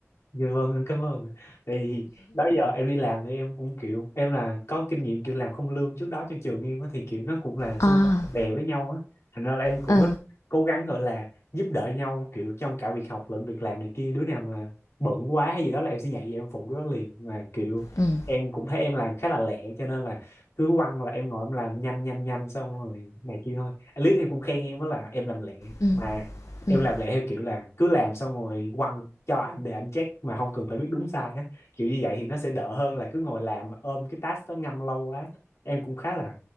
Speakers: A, on the left; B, on the left.
A: Dạ vâng em cảm ơn Tại vì đó giờ em đi làm thì em cũng kiểu Em là có kinh nghiệm kiểu làm không lương trước đó cho trường em á Thì kiểu nó cũng là xung
B: À,
A: quanh bạn bè với nhau á Thành ra là em cũng
B: ờ,
A: rất cố gắng gọi là giúp đỡ nhau Kiểu trong cả việc học lẫn việc làm này kia Đứa nào mà bận quá hay gì đó là em sẽ nhảy vào em phụ đứa đó liền Mà kiểu
B: ừm,
A: em cũng thấy em làm khá là lẹ Cho nên là cứ quăng là em ngồi em làm nhanh nhanh nhanh Xong rồi này kia thôi At least em cũng khen em đó là em làm lẹ
B: ừm,
A: Mà em
B: ừm,
A: làm lại theo kiểu là cứ làm xong rồi quăng cho anh để anh check mà không cần phải biết đúng sai á kiểu như vậy thì nó sẽ đỡ hơn là cứ ngồi làm ôm cái task đó ngâm lâu quá em cũng khá là